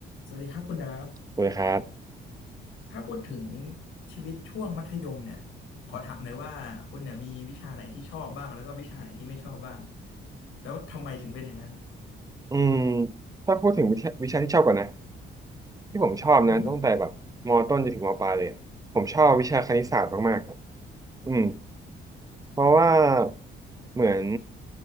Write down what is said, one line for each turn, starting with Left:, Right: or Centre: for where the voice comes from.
Left: สวัสดีครับคุณดาฟ
Right: คุยครับ
Left: ถ้าพูดถึงชีวิตช่วงมัธยมเนี่ยขอถามหน่อยว่าคุณเนี่ยมีวิชาไหนที่ชอบบ้างแล้วก็วิชาไหนที่ไม่ชอบบ้างแล้วทำไมถึงเป็นอย่างนั้น
Right: อืมถ้าพูดถึงวิชาวิชาที่ชอบก่อนนะที่ผมชอบนะตั้งแต่แบบมต้นจนถึงมปลายเลยอะผมชอบวิชาคณิตศาสตร์มาก
Left: อือฮึ
Right: ๆอืมเพราะว่าเหมือน